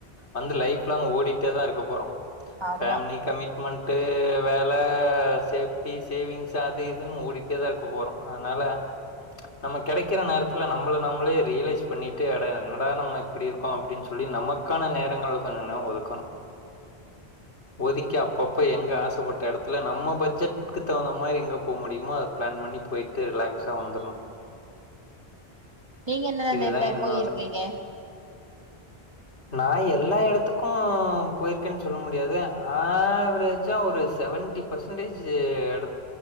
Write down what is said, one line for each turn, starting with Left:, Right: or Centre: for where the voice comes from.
Left: வந்து லைஃப் லாங் ஓடிட்டே தா இருக்க போறோ
Right: ஆமா
Left: ஃபேமிலி கமிட்மெண்ட்டு வே நல்ல சேஃப்டி சேவிங்ஸ்சு அது இதுன்னு ஓடிகிட்டே தா இருக்க போறோ அதுனால நம்ம கெடக்கிற நேரத்துல நம்மள நம்மளே ரியலைஸ் பண்ணிட்டு அட என்ட நம்ம இப்டி இருக்கோ அப்டின்னு சொல்லி நமக்கான நேரங்கள கொஞ்ச நேர ஒதுக்கணு ஒதிக்கி அப்பப்ப எங்க ஆசைப்பட்ட எடத் துல நம்ம பட்ஜெட்க்கு தகுந்த மாரி எங்க போ முடியுமோ அது பிளான் பண்ணி போயிட்டு ரிலாக்ஸா வந்துரனு
Right: நீங்க என்னதா
Left: இதுதா
Right: இந்த எந்த
Left: என்னோட
Right: போயிருக்கீங்க
Left: நா எல்லா எடத்துக்கு போயிருக்கேன்னு சொல்ல முடியாது ஆவ்ரேஜ்ஜா ஒரு சவன் டிப் பர்சன்டேஜ்சு எடத்